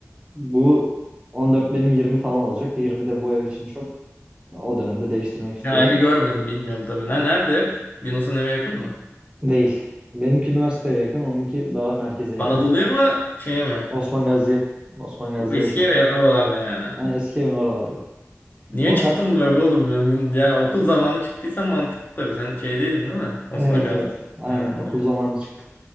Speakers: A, on the right; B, on the left.
A: Bu 14 benim 20 falan olacak. yirmi de bu ev için çok. O dönemde değiştirmek istiyorum.
B: Ya evi görmedim bilmiyorum tabii. Ne, nerede ev? Yunus'un eve yakın mı?
A: Değil. Benimki üniversiteye yakın, onunki daha merkeze yakın.
B: Anadolu'ya mı şeye mi?
A: Osman Gazi'ye. Osman Gazi'ye
B: O eski
A: yakın.
B: ev oralarda yani.
A: Ha, eski evin oralarda.
B: Niye
A: Ama
B: çıktın
A: kar-
B: bu eve oğlum? Ya, Ya okul zamanı çıktıysan mantıklı tabii. Sen şeydeydin değil mi? Osman
A: evet
B: Gazi.
A: evet. Aynen
B: Aynen,
A: okul
B: aynen.
A: zamanı çıktı.